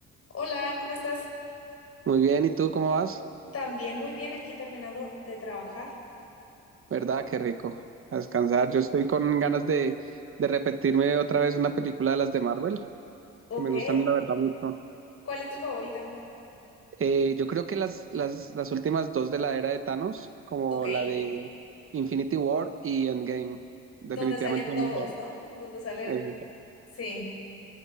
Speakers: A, on the left; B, on the right.
A: Hola, ¿cómo estás?
B: Muy bien, ¿y tú cómo vas?
A: También muy bien, aquí terminando de trabajar.
B: ¿Verdad? Qué rico. A descansar. Yo estoy con ganas de, de repetirme otra vez una película de las de Marvel,
A: Ok,
B: que me gustan la verdad mucho.
A: ¿cuál es tu favorita?
B: Eh, yo creo que las, las, las últimas dos de la era de Thanos, como
A: Ok,
B: la de Infinity War y Endgame, definitivamente
A: donde salen
B: son
A: todos,
B: mis favoritas.
A: ¿no? Donde salen...
B: Eh,
A: Sí,